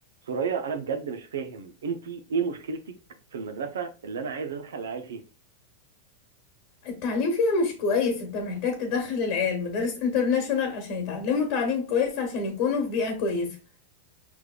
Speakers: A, on the right; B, on the left.
A: سوريا انا بجد مش فاهم انت ايه مشكلتك في المدرسه اللي انا عايز ادخل العيال فيها
B: التعليم فيها مش كويس انت محتاج تدخل العيال مدارس انترناشونال عشان يتعلموا تعليم كويس عشان يكونوا في بيئة كويسة